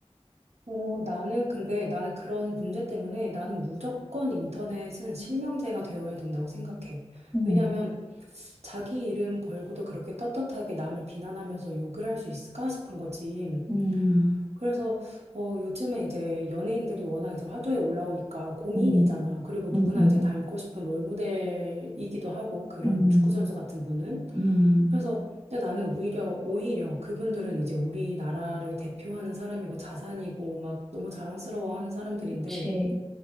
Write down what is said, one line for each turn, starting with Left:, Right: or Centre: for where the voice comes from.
Right: 어, 나는 근데 나는 그런 문제 때문에 나는 무조건 인터넷은 실명제가 되어야 된다고 생각해.
Centre: 음,
Right: 왜냐하면 자기 이름 걸고도 그렇게 떳떳하게 남을 비난하면서 욕을 할 수 있을까 싶은 거지.
Centre: 음,
Right: 그래서 어 요즘에 이제 연예인들이 워낙 이제 화두에 올라오니까 공인이잖아.
Centre: 음,
Right: 그리고 누구나
Centre: 음, 음.
Right: 이제 닮고 싶은 롤모델이기도 하고 그런
Centre: 음,
Right: 축구 선수 같은 분은.
Centre: 음,
Right: 그래서 근데 나는 오히려 오히려 그분들은 이제 우리나라를 대표하는 사람이고 자산이고 막 너무 자랑스러워하는 사람들인데
Centre: 그치.